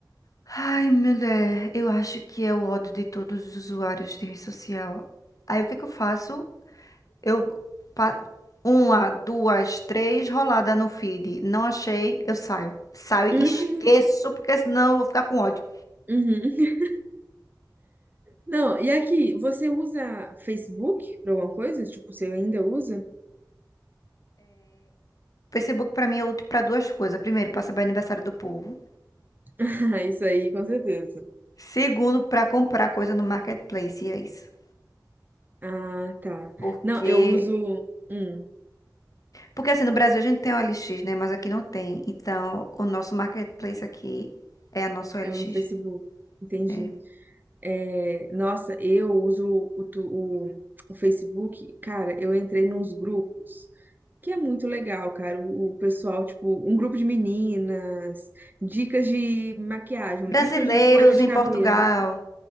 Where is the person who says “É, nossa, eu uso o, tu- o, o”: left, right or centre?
Right